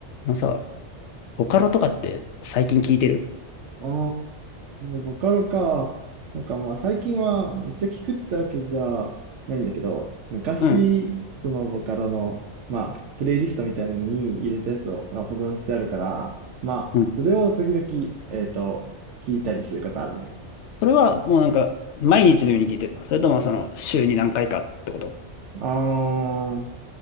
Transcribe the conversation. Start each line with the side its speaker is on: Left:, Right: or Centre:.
Left: あのさ、ボカロとかって最近聞いてる
Right: ああ、ボカロか。なんかまあ最近はめっちゃ聞くってわけじゃないんだけど、昔、
Left: うん。
Right: そのボカロの、まあ、プレイリストみたいなのに入れたやつをまあ保存してあるから、まあ、
Left: うん
Right: それを時々、えっと、聞いたりすることあるね。
Left: それはもうなんか毎日のように聞いてるのそれともその週に何回かってこと
Right: ああ、